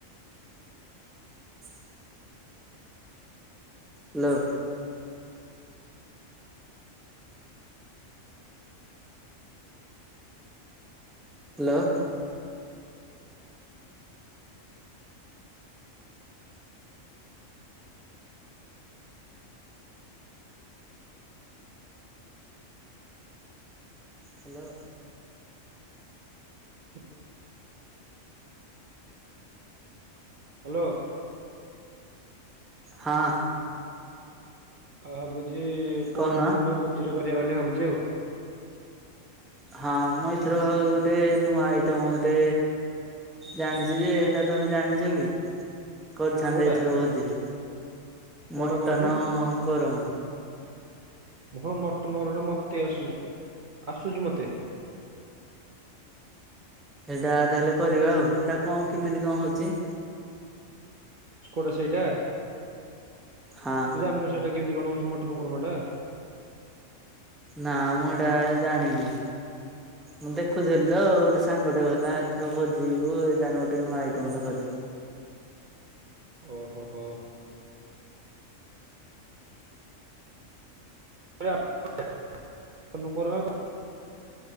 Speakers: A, in the centre; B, on the right.
A: <inaudible> ହ୍ୟାଲୋ। ହାଲୋ। ହାଲୋ।
B: <unintelligible> ହ୍ୟାଲୋ।
A: ହଁ।
B: ଆଉ ଭାବୁଛି
A: କହୁନ
B: କୋଉ ଦିନ ଗୋଟେ ଭୋଜିଟେ କରିବା ବୋଲି ଭାବୁଛି ଆଉ।
A: ହଁ ମୁଁ ଏଥରକ ଗୋଟେ ନୂଆ ଆଇଟମ ଗୋଟେ ଜାଣିଛି ଯେ ହେଟା ତମେ ଜାଣିଛ କି? କରିଥାନ୍ତେ
B: କୋଉଟା
A: ଏଥର ଭୋଜିଟେ
B: କୋଉଟା
A: ମଟନ
B: କହୁନୁ
A: କୋରମା।
B: ହଁ ମଟନ କୋରମା ଟା ମତେ ଆସୁଛିତ ଆସୁଛି ମତେ।
A: ସେଇଟା ତାହେଲେ କରିବା ଆଉ ସେଇଟା କ କେମିତି କଣ ହଉଛି?
B: ସ୍କୋଟା ସେଇଟା?
A: ହଁ।
B: ତୁ ଜାଣିନୁ ସେଟା କେିମିତି କଣ ହଉଛି ମଟନ୍ କୃର୍ମା ଟା?
A: ନା ମୁଁ ଏଟା ଜାଣିନି। ମୁଁ ଦେଖୁଥିଲି ତ ଗୋଟେ ସାଙ୍ଗ ଟେ ହେଲା ଏଥର ଭୋଜିକୁ ଏଇଟ ଗୋଟେ ନୂଆ ଆଇଟମ୍ ଟେ କରିବା।
B: ଓହୋ ଓ। <unintelligible>